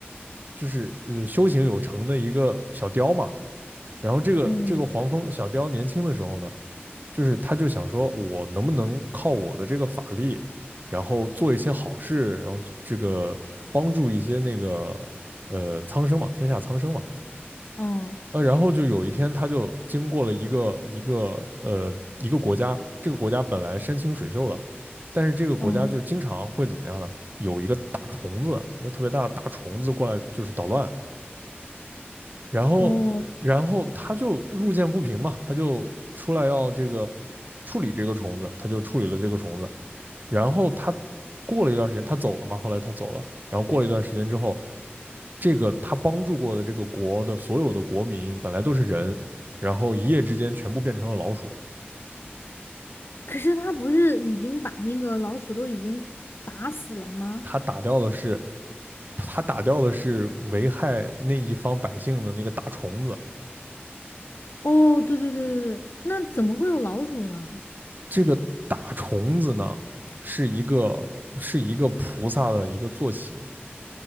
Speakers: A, on the right; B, on the left.
A: 就是呃修行有成的一个小雕嘛，然后这个这个黄蜂小雕年轻的时候呢，
B: 嗯
A: 就是他就想说，我能不能靠我的这个法力，然后做一些好事，然后这个帮助一些那个呃苍生嘛，天下苍生嘛。
B: 嗯
A: 呃，然后就有一天，他就经过了一个一个呃一个国家，这个国家本来山清水秀的，但是这个国家就经常会怎么样呢？
B: 嗯，
A: 有一个大虫子，一个特别大的大虫子过来，就是捣乱，然后，
B: 哦，
A: 然后他就路见不平嘛，他就出来要这个处理这个虫子，他就处理了这个虫子。然后他过了一段时间，他走了嘛，后来他走了。然后过了一段时间之后，这个他帮助过的这个国的所有的国民本来都是人，然后一夜之间全部变成了老鼠。
B: 可是他不是已经把那个老鼠都已经打死了吗？
A: 他打掉的是，他打掉的是危害那一方百姓的那个大虫子。
B: 哦，对对对对对，那怎么会有老鼠呢？
A: 这个大虫子呢，是一个是一个菩萨的一个坐骑，